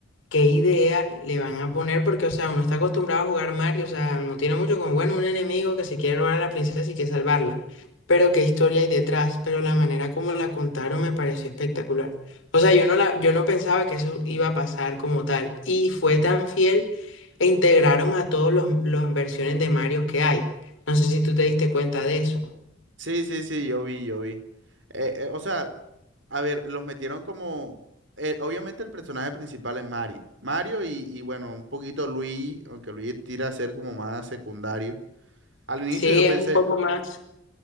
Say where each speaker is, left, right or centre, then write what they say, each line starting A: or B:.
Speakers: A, on the left (about 80°); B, on the right (about 65°).
A: ¿qué idea le van a poner? Porque, o sea, uno está acostumbrado a jugar Mario, o sea, no tiene mucho con, bueno, un enemigo que se quiere robar a la princesa y quiere salvarla. Pero qué historia hay detrás, pero la manera como la contaron me pareció espectacular. O sea, yo no la, yo no pensaba que eso iba a pasar como tal. Y fue tan fiel e integraron a todos los, las versiones de Mario que hay. No sé si tú te diste cuenta de eso.
B: Sí, sí, sí, yo vi, yo vi. Eh, eh, o sea, a ver, los metieron como... eh, obviamente el personaje principal es Mario. Mario y, y bueno, un poquito Luigi, aunque Luigi tira a ser como más secundario. Al inicio
A: Sí,
B: yo pensé,
A: es un poco más,